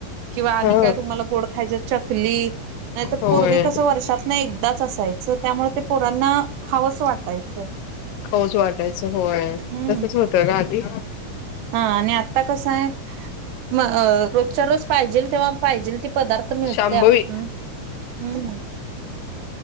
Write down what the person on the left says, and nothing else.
हा
होय
खाऊच वाटायचं होय
तसच होतं गं आदी.
शांभवी